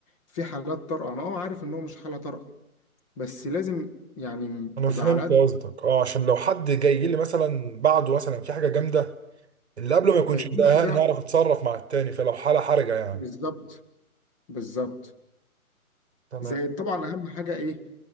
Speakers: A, on the left; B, on the right.
A: في حالات طارئة أنا أه عارف إن هو مش حالة طارئة بس لازم يعني
B: انا
A: تبقى
B: فهمت
A: على قد
B: قصدك اه عشان لو حد جاي لي مثلا بعده مثلا في حاجه جامده اللي قبله ما يكونش
A: ما يكونش
B: مضايقها
A: ده
B: نعرف نتصرف مع التاني فلو حاله حرجه يعني
A: بالظبط بالظبط
B: تمام
A: زائد طبعا أهم حاجة إيه؟